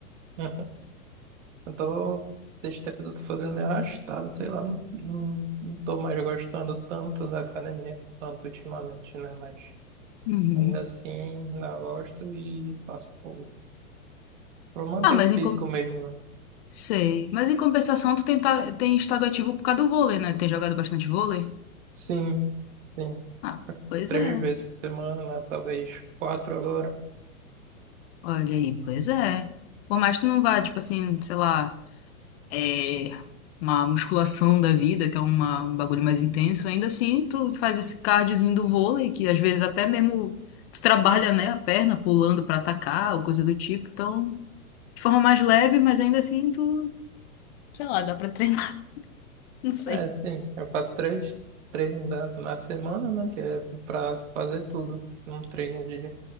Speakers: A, on the right; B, on the left.
A: <laughs> Eu tô, desde tempo eu tô fazendo meio arrastado, sei lá, não, não, não tô mais gostando tanto da academia quanto ultimamente, né? Mas
B: Uhum.
A: ainda assim, ainda gosto e faço por, por manter
B: Ah, mas
A: o físico
B: em, com-
A: mesmo, né?
B: sei. Mas em compensação, tu tem, ta- tem estado ativo por causa do vôlei, né? Tem jogado bastante vôlei?
A: Sim, sim,
B: Ah, pois
A: três
B: é.
A: vezes por semana, talvez quatro agora.
B: Olha aí, pois é. Por mais que tu não vá, tipo assim, sei lá. é, uma musculação da vida, que é uma, um bagulho mais intenso, ainda assim tu faz esse cardiozinho do vôlei, que às vezes até mesmo tu trabalha, né, a perna pulando pra atacar ou coisa do tipo, então de forma mais leve, mas ainda assim tu, sei lá, dá pra treinar, <laughs> não sei.
A: É, sim, eu faço três treinos da, na semana, né? Que é pra fazer tudo. Um treino de